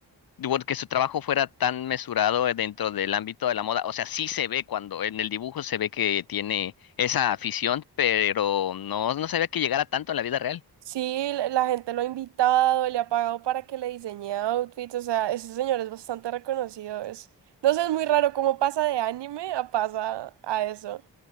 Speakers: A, on the left (about 55°); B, on the right (about 75°).
A: digo, que su trabajo fuera tan mesurado eh, dentro del ámbito de la moda. O sea, sí se ve cuando en el dibujo se ve que tiene esa afición, pero no, no sabía que llegara tanto en la vida real.
B: Sí, la la gente lo ha invitado, le ha pagado para que le diseñe outfits, o sea, ese señor es bastante reconocido. Es... No sé, es muy raro cómo pasa de anime a pasa a eso.